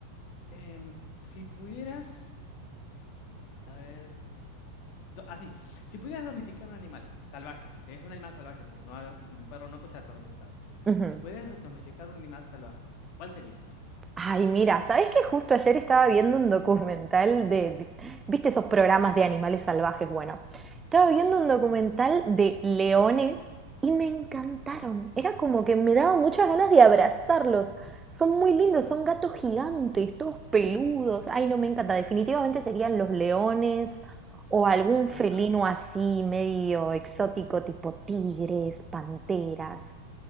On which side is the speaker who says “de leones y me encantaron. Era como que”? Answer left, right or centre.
Right